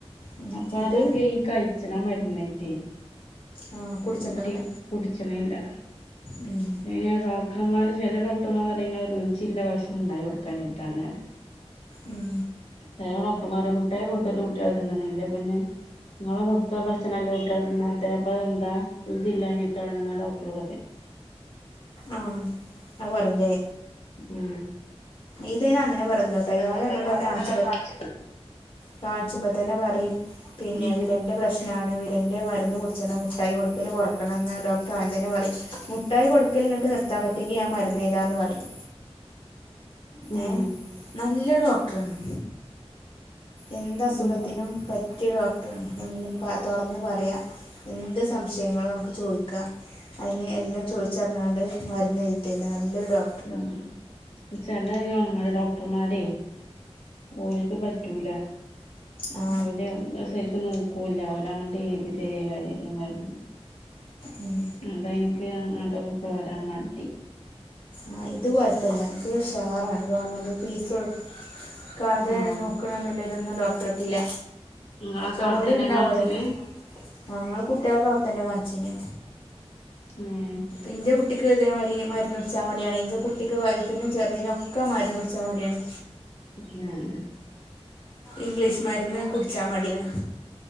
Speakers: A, on the left; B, on the left.
A: ഉം
B: അപ്പൊ
A: എന്നിട്ട്
B: അതൊക്കെ ഈ കഴിച്ചന മരുന്നാ കിട്ടേ
A: ആ കുടിച്ചിണ്ടാവൂല
B: കുട്ടി കുടിച്ചണില്ല
A: ഉം
B: ഇനിയാ ഡോ ഡോക്ടർമാര് ചില ഡോക്ടർമാർ അയങ്ങ ഒരു രുചില്ല ഭക്ഷണം ഉണ്ടായി കൊടുക്കാഞ്ഞിട്ടാണ്
A: ഉം
B: ചെലേ ഡോക്ടർമാർ മുട്ടായി കൊടുത്തിട്ട് കുട്ടികൾ തിന്നണില്ലേ പിന്നെ നിങ്ങളെ ത്തെ ഭക്ഷണംല്ലേ കുട്ടികൾ തിന്നാത്തെ അപ്പൊ അതെന്താ രുജി ഇല്ലാഞ്ഞിട്ടാണ് ന്നാണ് ആ ഡോക്ടർ പറയാ
A: ആഹ് അത് പറയില്ലേ
B: ഉം
A: ഇതെ അങ്ങനെ പറഞ്ഞന്നു കേട്ടോ ഇയാളെ
B: എന്നിട്ട്
A: നമ്മളുടെക്കെ
B: അയാളെ
A: കാണിച്ച
B: എവിടെ കാണിച്ച്
A: കാണിച്ചുമ്പ തന്നെ പറയും പിന്നെ
B: ഉം
A: വിടന്റെ പ്രശ്നം നാണ് വീടൻ്റെ മരുന്ന് കുടിച്ചു മുമയി കൊടുക്കൽ കുറക്കണംമെന്ന് ഡോക്ടർ ആൻ തനെ പറയും മുട്ടായി കൊടുക്കൽ നിങ്ങൾക്ക് നിർ ത്താൻ പറ്റെങ്ക ഞാൻ മരുന്ന് എഴുതാം എന്ന് പറയും
B: ഉം
A: ഏഹ് നല്ല ഡോക്ടറാണ് എന്ത്‌ അസുഖത്തിനും
B: ഉം
A: പ റ്റിയ ഡോക്ടർ ആണ് എന്തും പ തൊറന്ന് പറയാം എന്ത് സംശയങ്ങളും നമുക്ക് ചോയിക്കാം അതിന് എല്ലാം ചോദിച്ചറിഞ്ഞാണ്ട് മരുന്ന് എഴുതി തരും നല്ലൊരു ഡോ
B: ഡോക്ടറാചെല ഈ ഗവൺമെന്റ് ഡോക്ടർമാരേ ഓലക്ക് പറ്റൂല
A: ആ
B: ഓല് ശെരിക്കും നോ ക്കൂല്ലാ വല്ല അങ്ങ ഡെയിലി ചെറിയ മരുന്ന് <unintelligible>
A: ഉം
B: അതാ എനിക്ക് അങ്ങനത്തൊക്കെ പോരാൻ മടി
A: ആഹ് ഇത് കൊഴപ്പല്ല ഇത് ഉഷാറാണ് ഗവണ്മെന്റ് ഫീസ് ക്കാതെ
B: ആഹ്
A: നോക്കണന്നില്ല ഇതൊന്നും ഡോക്ടർക്കില്ല
B: നിങ്ങളൊക്കെ
A: ചെലോര്
B: അവിടെത്തന്നെ
A: ഇണ്ടാവുവലോ
B: കാണിച്ചല്
A: ഞങ്ങൾ കുട്ടികളൊക്കെ അവിടെത്തന്നെയാ കാണിച്ചീനെ
B: ഏഹ്
A: എന്റെ കുട്ടിക്ക് ഇതേമാതിരി മരുന്ന് കുടിച്ചാൻ മടിയാണ് എന്റെ കുട്ടിക്ക് വലുതിനും ചെറുതിനും ഒക്കെ മരുന്ന് കുടിച്ചാൻ മടിയാണ്
B: <unintelligible>
A: ഇംഗ്ലീഷ് മരുന്ന് കുടിച്ചാൻ മടിയാണ്